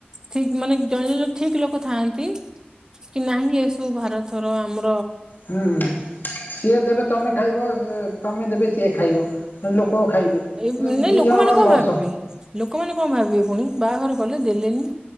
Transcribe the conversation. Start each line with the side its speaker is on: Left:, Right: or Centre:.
Right: ଠିକ ମାନେ ଜଣେ ଜଣ ଠିକ ଲୋକ ଥାଆନ୍ତି। କି ନାହିଁ ଏସବୁ ଭାରତ ଥର ଆମ
Left: ହୁଁ ହୁଁ ସିଏ ଦେବେ ତମେ ଖାଇବ। ତମେ ଦେବେ ସିଏ ଖାଇବ ଲୋକ ଖାଇବେ କିନ୍ତୁ
Right: ଏଇ
Left: ଦି
Right: ଲୋକମାନେ
Left: ଜଣଙ୍କର
Right: କଣ
Left: ଲସ୍
Right: ଭାବିବେ ଲୋକମାନେ କଣ ଭାବିବେ ପୁଣି ବାହାଘର କଲେ ଦେଲେନି